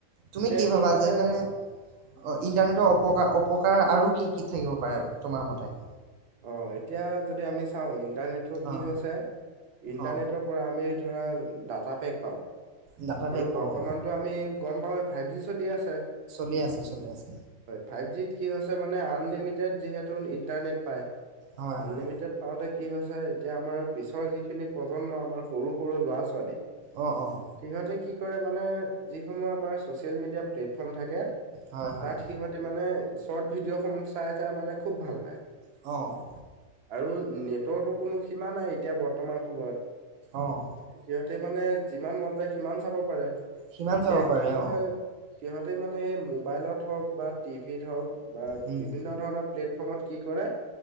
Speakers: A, on the right (about 75°); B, on the right (about 55°).
A: তুমি
B: এতিয়া
A: কি ভাবা?
B: হৈছে
A: যে মানে অ'! ইণ্টাৰনেটৰ অপকাৰ, অপকাৰ আৰু কি কি থাকিব পাৰে, তোমাৰ মতে?
B: অ'! এতিয়া যদি আমি চাওঁ! ইণ্টাৰনেট
A: অ
B: কি হৈছে, ইণ্টাৰনেটৰ
A: অ
B: পৰা আমি ধৰা, ডাটা পেক পাওঁ।
A: ডাটা পেক
B: আৰু
A: পাওঁ
B: বৰ্তমানতো আমি, গ'ম পাওঁৱেই ফাইভ জি চলি আছে।
A: চলি আছে, চলাই আছে।
B: ফাইভ জিট কি হৈছে মানে, আনলিমিটেড যিহেতু ইণ্টাৰনেট পায়।
A: হয়
B: আনলিমিটেড
A: হয়
B: পাওঁতে কি হৈছে, এতিয়া আমাৰ পিছৰ যিখিনি প্ৰজন্ম, আমাৰ সৰু-সৰু ল'ৰা- ছোৱালী।
A: অ' অ'!
B: সিহঁতে কি কৰে মানে, যিসমূহ আমাৰ ছ'চিয়েল মিডিয়া প্লেটফৰ্ম থাকে। তাত
A: হয় হয়
B: সিহঁতে মানে, চৰ্ট ভিডিঅ' সমূহ চাই-চাই মানে, খুউব ভাল পায়।
A: অ'!
B: আৰু নেটৰটো কোনো সীমা নাই, এতিয়া বৰ্তমান সময়ত।
A: অ'!
B: সিহঁতে মানে, যিমান মন যায়, সিমান চাব পাৰে।
A: সিমান
B: তেতিয়া,
A: চাব পাৰে
B: কি
A: অ
B: হয়! সিহঁতে মানে, সেই মোবাইলত হওঁক বা টিভিত হওঁক বা
A: উম
B: বিভিন্ন ধৰণৰ প্লেটফৰ্মত কি কৰাই?